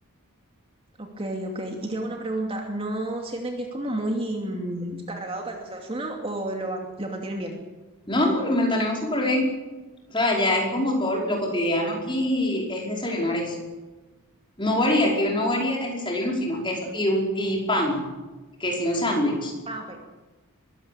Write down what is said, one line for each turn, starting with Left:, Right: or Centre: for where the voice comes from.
Right: ok, ok. Y te hago una pregunta. ¿No sienten que es como muy mm, cargado para el desayuno o lo, van- lo mantienen bien?
Left: No, no, lo mantenemos súper bien. O sea, ya es como todo lo cotidiano aquí es desayunar eso. No varía, aquí no varía el desayuno, sino eso y, un, y pan, que sí, un sándwich.
Right: Ah, ok.